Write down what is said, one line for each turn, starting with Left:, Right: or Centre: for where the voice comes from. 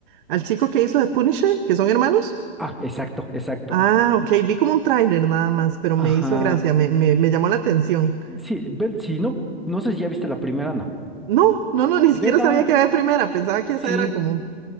Right: al chico que hizo de Punisher, que son hermanos.
Centre: Ah, exacto, exacto.
Right: Ah, ok, vi como un tráiler nada más, pero me
Centre: Ajá.
Right: hizo gracia, me, me, me llamó la atención.
Centre: Sí, ve- si no, no sé si ya viste la primera, no.
Right: No, no, no, ni siquiera
Centre: Vela,
Right: sabía que había primera, pensaba que esa
Centre: sí,
Right: era como,